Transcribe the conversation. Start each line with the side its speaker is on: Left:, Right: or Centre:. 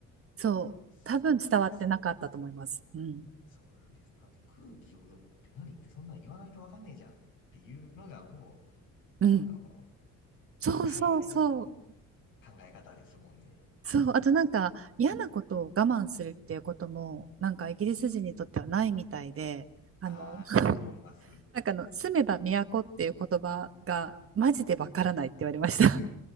Right: そう、
Left: そうなんです。
Right: 多分伝わってなかったと思います。うん。
Left: そうなんです。なので空気を読むって何ってそんなん言わないとわかんねえじゃんっていうのがもう、
Right: うん。
Left: あの、
Right: そうそうそう。
Left: まあ、海外の考え方ですもんね。
Right: そう、あとなんか嫌なことを我慢するっていうことも、なんかイギリス人にとってはないみたいで、あの
Left: ああ、
Right: <laughs>、
Left: だと思います。
Right: なんかあの、住めば都っていう言葉がマジでわからないって言われました。